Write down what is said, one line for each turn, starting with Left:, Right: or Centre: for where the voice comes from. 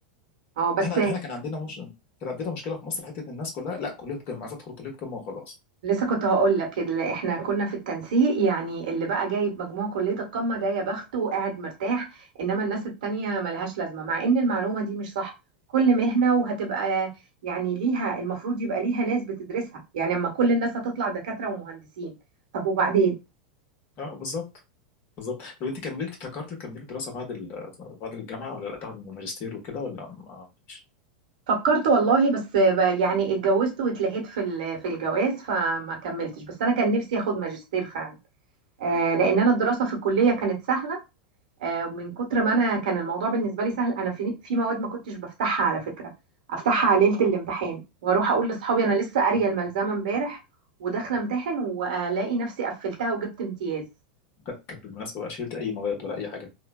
Right: اه بس
Left: احنا احنا كان عندنا مش كان عندنا مشكله في مصر حته إن الناس كلها لا كليه قمه عايز ادخل كليه قمه وخلاص
Right: لسه كنت هقول لك اللي احنا كنا في التنسيق يعني اللي بقى جايب مجموع كلية القمة ده يا بخته وقاعد مرتاح انما الناس التانية ملهاش لازمة مع ان المعلومة دي مش صح كل مهنة وهتبقى يعني ليها المفروض يبقى ليها ناس بتدرسها يعني اما كل الناس هتطلع دكاترة ومهندسين طب وبعدين
Left: اه بالظبط بالظبط طب انت كملت فكرت تكملي دراسه بعد ال... بعد الجامعه ولا لا تاخد الماجستير وكده ولا ما فيش؟
Right: فكرت والله بس ب- يعني اتجوزت واتلهيت في ال- في الجواز فما كملتش بس انا كان نفسي اخد ماجستير فعلا آه، لان انا الدراسة في الكلية كانت سهلة آه، من كتر ما انا كان الموضوع بالنسبه لي سهل انا في في مواد ما كنتش بفتحها على فكره افتحها ليله الامتحان واروح اقول لاصحابي انا لسه قاريه الملزمه امبارح وداخله امتحن والاقي نفسي قفلتها وجبت امتياز
Left: لا، طب بالمناسبة بقى شلت أي مواد ولا أي حاجة